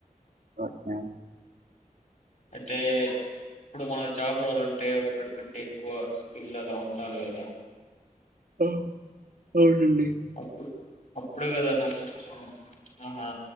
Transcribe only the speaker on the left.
అయితే ఇప్పుడు మన జాబ్ రావాలంటే ఒకక్కడి కంటే ఎక్కువ స్కిల్ అలా ఉండాలి కదా
అప్పుడు అప్పుడే కదా నువు కొంచెం ఆహా